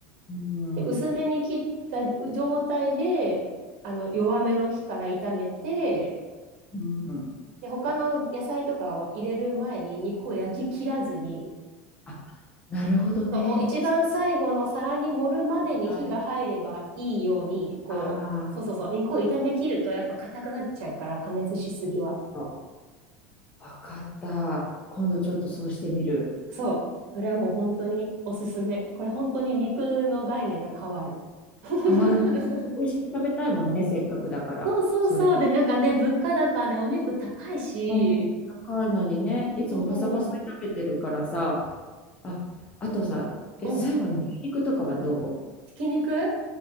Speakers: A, on the left (about 20°); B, on the right (about 65°).
A: うん、
B: で薄めに切った状態で、あの、弱めの火から炒めて、
A: うん、うん
B: で、他の野菜とかを入れる前に肉を焼き切らずに、
A: あ、あ、なるほどね。
B: そう、もう一番最後の皿に盛るまでに火が入ればいいように、
A: はい。
B: こう、
A: あ
B: そうそうそう、肉を炒め切るとやっぱ硬くなっちゃうから、加熱しすぎは。
A: あ、わかった。今度ちょっとそうしてみる。
B: そう、それはもう本当におすすめ。これ本当に肉の概念が変わる。<laughs>
A: 変わるね。美味しく食べたいもんね、せっかくだから、
B: そうそうそう。
A: それ。
B: で、なんかね、
A: ね
B: 物価高でお肉高いし、
A: うん、高いのにね、いつもパサパサで食べてるからさ、
B: そ
A: あ、あとさ、え、
B: う、
A: 最後に牛肉とかはどう
B: うん、ひき肉